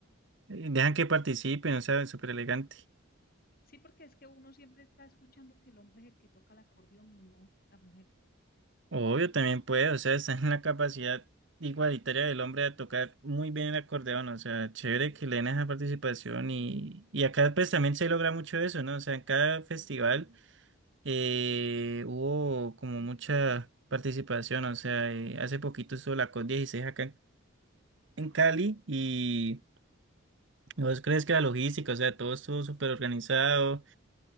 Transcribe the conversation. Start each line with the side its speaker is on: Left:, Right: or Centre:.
Right: eh, dejan que participen, o sea, súper elegante.
Left: sí, porque es que uno siempre está escuchando que el hombre es el que toca el acordeón y no las mujeres.
Right: Obvio, también puede, o sea, <laughs> está en la capacidad igualitaria del hombre de tocar muy bien el acordeón, o sea, chévere que le den esa participación y, y acá pues también se logra mucho eso, ¿no? O sea, en cada festival eh, hubo como mucha participación, o sea, eh, hace poquito estuvo la COP dieciséis acá en
Left: Sí,
Right: en Cali y... ¿Vos crees que la logística, o sea, todo estuvo súper organizado?